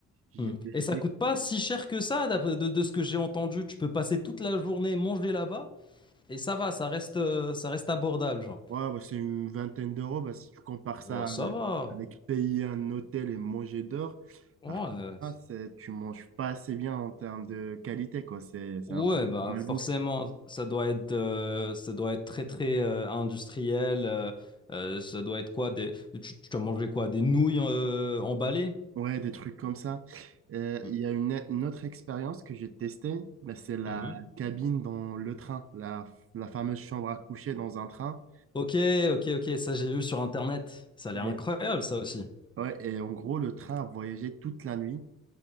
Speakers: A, on the right; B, on the left.
A: J'ai
B: Mm.
A: fait
B: Et ça coûte pas si cher que ça, d'ap- de, de ce que j'ai entendu. Tu peux passer toute la journée manger là-bas et ça va, ça reste, euh, ça reste abordable, genre.
A: Ouais, bah, c'est une vingtaine d'euros. Bah, si tu compares ça
B: Ouais, ça
A: euh,
B: va.
A: avec payer un hôtel et manger dehors,
B: Ouais.
A: par contre, ça, c'est- tu manges pas assez bien en termes de qualité, quoi. C'est, c'est
B: Ouais,
A: un peu de
B: bah
A: la malbouffe.
B: forcément, ça doit être, euh, ça doit être très très euh, industriel. euh, euh, ça doit être quoi des, tu, tu as mangé quoi des nouilles euh, emballées?
A: Ouais, des trucs comme ça. Euh,
B: Mm.
A: Il y a une, une autre expérience que j'ai testée, bah, c'est la
B: Mhm.
A: cabine dans le train, la, la fameuse chambre à coucher dans un train.
B: Ok, ok, ok. Ça j'ai vu sur Internet. Ça a
A: Et,
B: l'air incroyable, ça aussi.
A: ouais, et en gros, le train a voyagé toute la nuit.